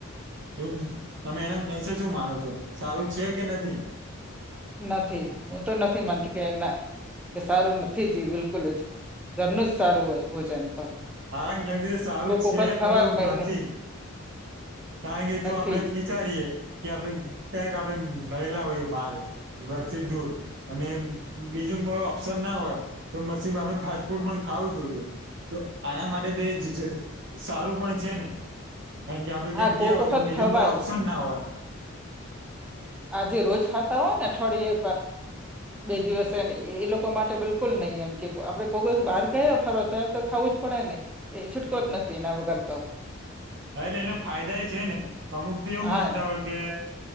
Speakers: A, on the right; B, in the centre.
A: એવું તમે એના વિશે શું માનો છો સારું છે કે નથી
B: નથી હું તો નથી માનતી કે ના સારું નથી જ બિલકુલ જ ઘરનું જ સારું હોય ભોજન તો
A: મારા ખ્યાલ થી સારું
B: કોક
A: છે
B: વખત ખવાય
A: ખરું
B: મહિને
A: નથી કારણ કે
B: નથી
A: જો આપડે એમ
B: જ
A: વિચારીએ કે આપણે ક્યાંક આપણે રહેલા હોઈએ બારે ઘરથી દૂર અને બીજું કોઈ ઓપ્શન ના હોય તો પછી આપડે ફાસ્ટ ફૂડ પણ ખાવું જોઈએ તો આના માટે તો જ સારું પણ છે ને કારણ કે આપડે
B: હા
A: ક્યા ગયા
B: કોક
A: હોય
B: વખત
A: તો બીજું
B: ખવાય
A: કોઈ ઓપ્શન ના હોય
B: આજે રોજ ખાતા હોય ને અઠવાડિયે બે દિવસ એમ એ લોકો માટે બિલકુલ નહી એમ કે આપડે કોક દિવસ બહાર ગયા ફરવા તો ખાવું જ પડે ને એ છૂટકો જ નથી એના વગર તો
A: હ એટલે એના ફાયદા એ છે ને અમુક તો એવું
B: હા
A: માનતા હોય કે